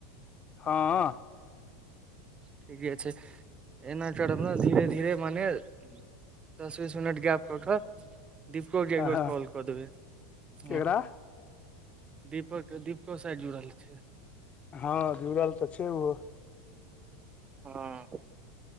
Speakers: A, on the left; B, on the right.
A: हँ
B: ठीके छय एना धीर धीे मने दस बीस मिनट गैप कऽ दीपकर ग एकबर
A: हँ
B: कॉल कऽ देब
A: केकरा
B: हं दीपक दीपको साइड जुड़ल थिन
A: हँ जुड़ल तऽ छय ओहो
B: हं